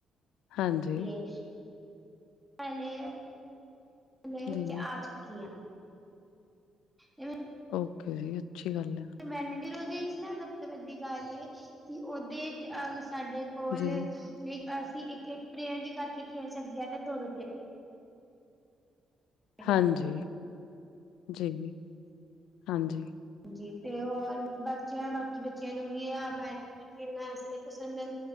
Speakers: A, on the left (about 85°); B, in the centre.
A: ਹਾਂਜੀ
B: ਦੀ ਏ ਪੈਲੇ ਪਲੇ ਇਚ
A: ਜੀ
B: ਆ ਚੁੱਕੀ ਆ। ਐਂਵੇਂ
A: ਓਕੇ ਜੀ ਅੱਛੀ ਗੱਲ ਐ।
B: ਬੈਡਮਿੰਟਨ ਓਦੇ ਚ ਨਾ ਸਭ ਤੋਂ ਵੱਡੀ ਗੱਲ ਏ ਕਿ ਓਦੇ ਚ ਅਹ ਸਾਡੇ ਕੋਲ
A: ਜੀ
B: ਅਸੀਂ ਇੱਕ-ਇੱਕ ਪਲੇਅਰ ਵੀ ਕਰਕੇ ਖੇਲ ਸਕਦੇ ਆਂ ਤੇ ਦੋ-ਦੋ ਪਲੇਅ ਪਲੇਅਰ
A: ਹਾਂਜੀ-ਜੀ-ਹਾਂਜੀ।
B: ਕਰਕੇ ਜੀ ਤੇ ਹੋਰ ਬੱਚਿਆਂ ਬਾਕੀ ਬੱਚਿਆਂ ਨੂੰ ਵੀ ਐ ਬ ਖੇਲਣਾ ਇਸ ਲਈ ਪਸੰਦ ਐ